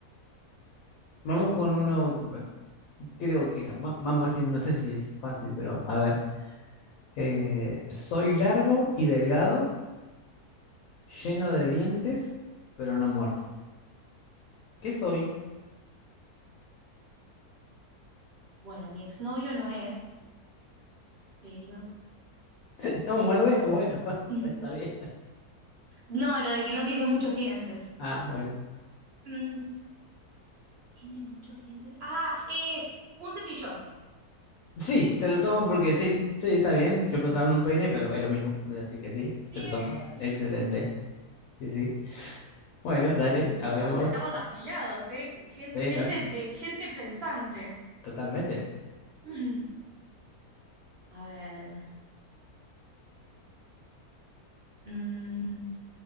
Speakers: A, on the left (about 70°); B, on the right (about 50°).
A: Vamos con uno, eh, creo que, va- vamos a ver si, no sé si es fácil, pero a ver. Eh, soy largo y delgado. lleno de dientes, pero no muerdo. ¿Qué soy?
B: Bueno, mi exnovio no es, pero...
A: <laughs> ¿No muerde? Bueno, <laughs>
B: <laughs>
A: está bien.
B: No, lo de que no tiene muchos dientes.
A: Ah, bueno.
B: Mm, tiene muchos dientes. Ah, eh, un cepillo.
A: Sí, te lo tomo porque sí, sí, está bien. Yo pensaba en un peine, pero es lo mismo. Así que sí,
B: Bien.
A: te lo tomo. Excelente. Sí, sí. Bueno, dale, a
B: Estamos,
A: ver vos.
B: estamos afilados, ¿eh? Gente,
A: Sí,
B: gente,
A: ¿no?
B: eh, gente pensante.
A: Totalmente.
B: <clears throat> A ver. mm,